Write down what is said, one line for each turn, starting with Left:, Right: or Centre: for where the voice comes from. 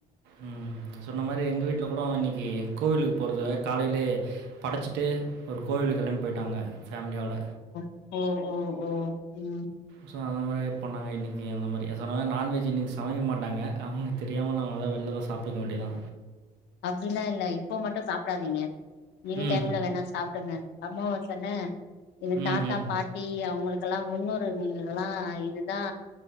Right: ம் சொன்ன மாதிரி எங்க வீட்டு்ல கூட இன் கோவிலுக்கு போறதுகாக காலையிலே படைச்சிட்டு ஒரு கோவிலு கெளம்பி போயிட்டாங்க ஃபேலியோட
Left: ம் ம் ம் ம்
Right: ஸோ அந்த மாதிரி பண்ணாங்க இன்னைக்கு அந்த மாதிரி சொன்ன நான்வெஜ் இன்னை சமைக்க மாட்டாங்க அவங்களுக்கு தெரியாம ந அதா வெளிலி எதா சாப்பிடக்க வேண்டியதா
Left: அப்படிலா இல்ல இப்போ மட்டும் சாப்பிடாதீங்க மீதி
Right: ம்.
Left: டைம்ல வேணா சாப்பிடுங்க அம்மாவச என்ன இது
Right: ம்ஹ்ம்.
Left: தாத்தா பாட்டி அவங்களுக்கெல்லா முன்னோரு எல்லா இதுதா